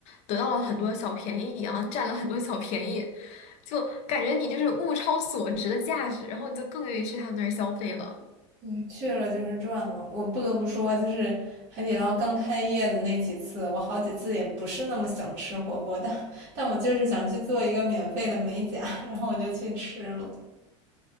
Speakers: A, on the left; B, on the right.
A: 得到了很多小便宜一样，占了很多小便宜，就感觉你就是物超所值的价值，然后你就更愿意去他们那儿消费了。
B: 对，去了就是赚了。我不得不说，就是海底捞刚开业的那几次，我好几次也不是那么想吃火锅，但但我就是想去做一个免费的美甲，然后我就去吃了。